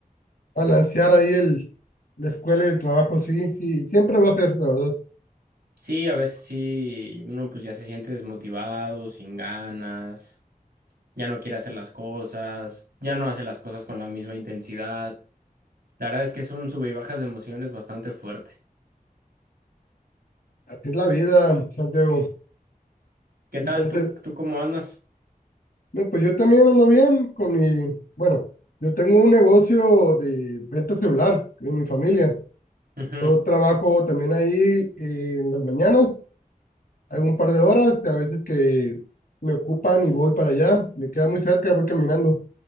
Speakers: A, on the left (about 80°); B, on the right (about 85°).
A: Balancear ahí el, la escuela y el trabajo, sí, sí, siempre va a ser, la verdad.
B: Sí, a veces sí, uno pues ya se siente desmotivado, sin ganas, ya no quiere hacer las cosas, ya no hace las cosas con la misma intensidad. La verdad es que es un sube y bajas de emociones bastante fuerte.
A: Así es la vida, Santiago.
B: ¿Qué
A: Entonces,
B: tal? ¿Tú, tú cómo andas?
A: no, pues yo también ando bien con mi, bueno, yo tengo un negocio de venta celular en mi familia.
B: Ujú,
A: Yo trabajo también ahí eh, en las mañanas Algún par de horas, a veces que me ocupan y voy para allá, me queda muy cerca, voy caminando,